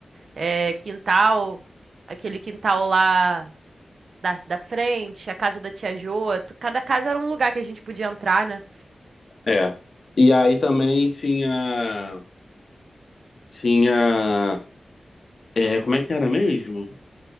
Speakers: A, on the right; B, on the left.
A: é, quintal, aquele quintal lá da, da frente, a casa da tia Joa. tu- Cada casa era um lugar que a gente podia entrar, né?
B: É. E aí também tinha, tinha, é, como é que era mesmo?